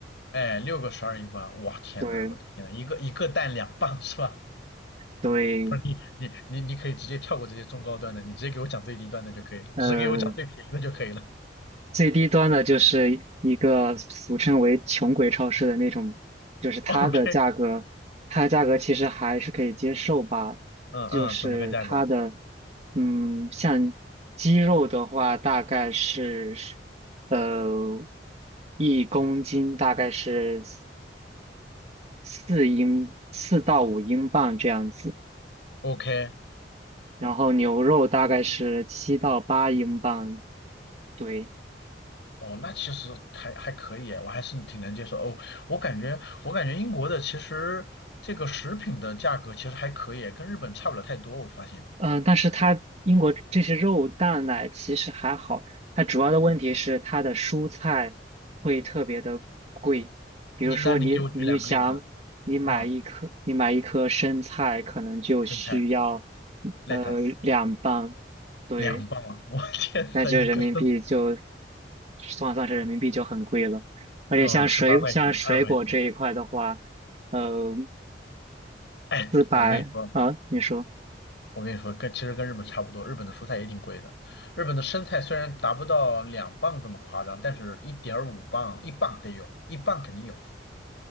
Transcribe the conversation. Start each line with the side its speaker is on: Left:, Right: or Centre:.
Left: 哎，六个十二英镑，哇天呐，
Right: 对
Left: 我的天呐，一个一个蛋两磅是吧？
Right: 对，
Left: 你你你你可以直接跳过这些中高端的，你直接给我讲最低端的就可以了，
Right: 呃
Left: 只给我讲最便宜的就可以了。
Right: 最低端的就是一个俗称为穷鬼超市的那种，就是它的价格，
Left: <laughs> OK，
Right: 它的价格其实还是可以接受吧。
Left: 嗯嗯，
Right: 就是它的，
Left: 怎么个价格
Right: 嗯，像鸡肉的话，大概是，呃，一公斤大概是四英四到五英镑这样子，
Left: ？OK，
Right: 然后牛肉大概是七到八英镑，对。
Left: 哦，那其实还还可以，我还是挺能接受。哦，我感觉我感觉英国的其实这个食品的价格其实还可以，跟日本差不了太多。我发现，
Right: 嗯，但是它英国这些肉蛋奶其实还好，它主要的问题是它的蔬菜会特别的贵，比如说你你想你买一颗你买一颗生菜可能就需要
Left: 你那你给我举两个例子，嗯，生菜 lettuce
Right: 呃两磅，对，
Left: 两磅，我天呐，
Right: 那就人民币就
Left: 一个生，
Right: 算算是人民币就很贵了，而且像水像水果这一块的话，
Left: 哦，十八块钱，二十块钱。
Right: 呃
Left: 哎，
Right: 四百啊，
Left: 我跟你说。
Right: 你说。
Left: 我跟你说，跟其实跟日本差不多，日本的蔬菜也挺贵的。日本的生菜虽然达不到两磅这么夸张，但是一点五磅，一磅得有，一磅肯定有。